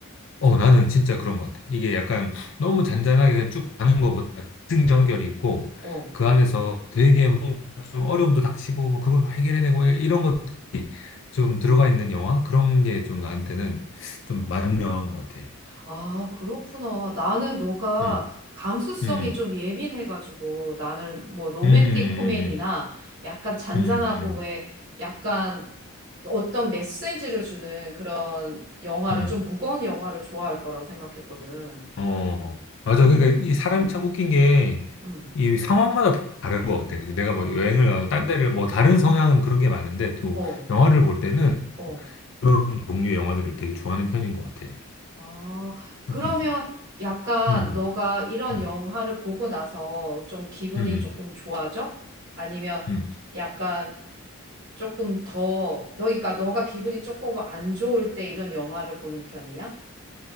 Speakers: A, on the left; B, on the right.
A: 어, 나는 진짜 그런 것 같아. 이게 약간 너무 잔잔하게 그냥 쭉 가는 것보다 승전결이
B: 어.
A: 있고,
B: 어.
A: 그 안에서 되게 뭔가 좀 어려움도 닥치고, 뭐 그걸 막 해결해내고, 뭐 이런 것 좀 들어가 있는 영화? 그런 게 좀 나한테는 좀 맞는 영화인 것 같아.
B: 아, 그렇구나. 나는 너가
A: 음,
B: 감수성이
A: 음,
B: 좀 예민해가지고 나는 뭐 로맨틱
A: 음,
B: 코미디나
A: 음,
B: 약간 잔잔하고
A: 음, 음, 음,
B: 왜 약간 그 어떤 메시지를 주는 그런 영화를
A: 음.
B: 좀 무거운 영화를 좋아할 거라고 생각했거든.
A: 어, 맞아.
B: 오.
A: 그러니까 이 사람이 참 웃긴 게
B: 응.
A: 이 상황마다 다른 것 같아. 그치? 내가
B: 아.
A: 뭐 여행을 가거나 딴 데를 뭐 다른 성향은 그런 게 많은데 또
B: 어.
A: 영화를 볼 때는
B: 어.
A: 그런 종류의 영화들을 되게 좋아하는 편인 것 같아.
B: 아, 그러면
A: 웃기지?
B: 약간
A: 음,
B: 너가 이런
A: 음,
B: 영화를 보고 나서 좀 기분이
A: 음,
B: 조금 좋아져? 아니면
A: 음.
B: 약간 조금 더, 너, 그러니까 너가 기분이 조금 안 좋을 때 이런 영화를 보는 편이야?